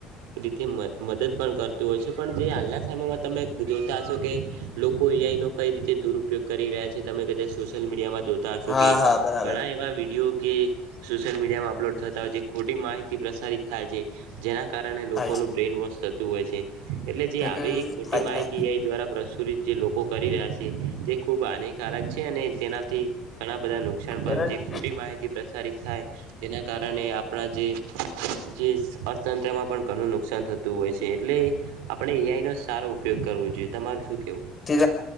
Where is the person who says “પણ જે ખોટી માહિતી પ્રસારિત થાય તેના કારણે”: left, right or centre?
Right